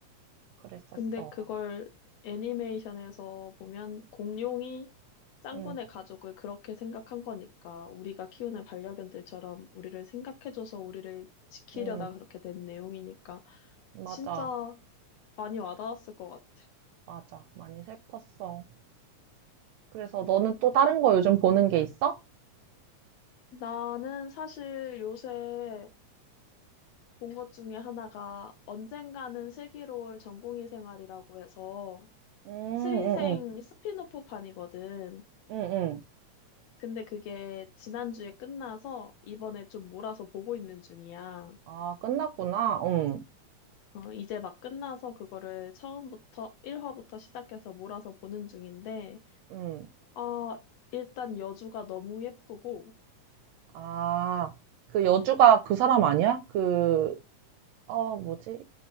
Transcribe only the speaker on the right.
그랬었어.
응,
응,
맞아,
맞아. 많이 슬펐어. 그래서 너는 또 다른 거 요즘 보는 게 있어?
응,
응, 응,
응, 응.
아, 끝났구나. 응,
응.
아, 그 여주가 그 사람 아니야? 그, 어, 뭐지?